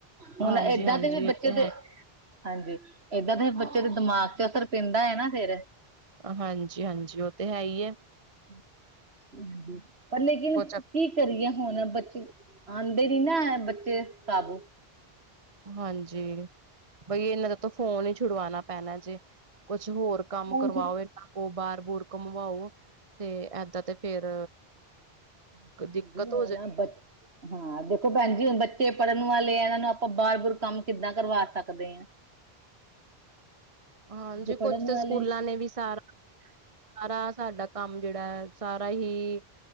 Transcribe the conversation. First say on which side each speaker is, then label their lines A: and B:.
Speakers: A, on the right; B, on the right.
A: ਹੁਣ
B: ਹਾਂਜੀ
A: ਏਦਾਂ
B: ਹਾਂਜੀ
A: ਦੇ ਵੀ ਬੱਚੇ
B: ਇਹ ਤੇ
A: ਦੇ
B: ਹੈ।
A: ਹਾਂਜੀ ਇਏਦਾਂ ਦੇ ਬੱਚੇ ਦੇ ਦਿਮਾਗ ਚ ਅਸਰ ਪੈਂਦਾ ਹੈ ਨਾ ਫਿਰ।
B: ਹਾਂਜੀ ਹਾਂਜੀ ਉਹ ਤੇ ਹੈ ਹੀ ਹੈ।
A: <unintelligible> ਹਾਂਜੀ ਪਰ ਲੇਕਿਨ
B: ਕੁਛ
A: ਕੀ ਕਰੀਏ ਹੁਣ ਬੱਚੇ ਆਉਂਦੇ ਨੀ ਨਾ ਬੱਚੇ ਕਾਬੂ।
B: ਹਾਂਜੀ ਬਈ ਇਹਨਾਂ ਦਾ ਤ ਫੋਨ ਹੀ ਛੁਡਵਾਉਣਾ ਪੈਣਾ ਜੇ ਕੁਛ ਹੋਰ ਕੰਮ
A: ਹੁਣ
B: ਕਰਵਾਓ
A: ਤੇ
B: ਇਹਨਾਂ ਕੋ, ਬਾਹਰ ਬੁਰ ਘੁੰਮਵਾਓ ਤੇ ਏਦਾਂ ਤੇ ਫੇਰ
A: <unintelligible>
B: ਦਿੱਕਤ ਹੋ
A: <unintelligible>
B: ਜਾਣੀ
A: ਹਾਂ ਦੇਖੋ ਭੈਣ ਜੀ, ਹੁਣ ਬੱਚੇ ਪੜ੍ਹਨ ਵਾਲੇ ਆ ਇਹਨਾਂ ਨੂੰ ਆਪਾਂ ਬਾਹਾਰ ਬੁਰ ਕੰਮ ਕਿੱਦਾਂ ਕਰਵਾ ਸਕਦੇ ਹਾਂ? <unintelligible> <unintelligible>
B: ਹਾਂਜੀ,
A: ਜੇ ਪੜ੍ਹਨ
B: ਕੁਛ ਤਾਂ
A: ਵਾਲੇ
B: ਸਕੂਲਾਂ ਨੇ ਵੀ ਸਾਰਾ ਸਾਰਾ ਸਾਡਾ ਕੰਮ ਜਿਹੜਾ ਹੈ ਸਾਰਾ ਹੀ